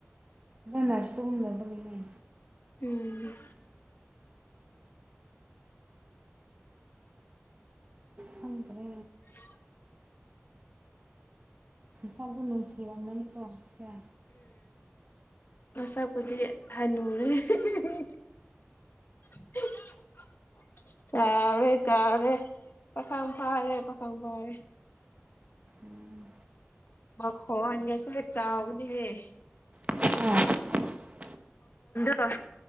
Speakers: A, on the right; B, on the left.
A: ꯅ ꯇꯨ ꯂꯕꯒꯅꯦ
B: ꯎꯝ
A: ꯍ ꯀꯔ
B: ꯍ
A: ꯁꯒꯅꯅꯨꯡꯁꯤ ꯃꯅꯤ ꯀꯣ ꯀ
B: ꯍꯁ ꯀꯗꯤ ꯍꯅꯔꯤ <unintelligible> ꯆꯥꯎꯔꯦ ꯆꯥꯎꯔꯦ ꯄꯥꯈꯪ ꯐꯥꯔꯦ ꯀꯪꯒꯔꯦ
A: ꯎꯝ
B: ꯃ ꯍꯣꯒꯦꯁ ꯆꯒꯅꯦꯦ
A: ꯑ
B: ꯑ